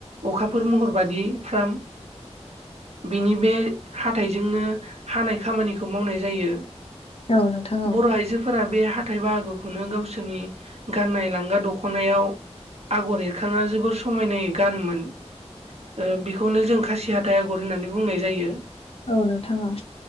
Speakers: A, on the right (about 70°); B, on the left (about 60°).
A: अखाफोर महर बादि फ्राम बिनि बे हाथाइजोंनो हानाय खामानिखौ मावनाय जायो
B: नोंथां
A: बर' आइजोफोरा बे हा हाथाय बाहागोखौनो गावसोरनि गाननाय लांगा दख'नायाव आगर एरखाङा जोबोर समायनाय गानोमोन ओ बेखौनो जों खासि हाथाइ आगर होननानै बुंनाय जायो।
B: औ नोंथां औ।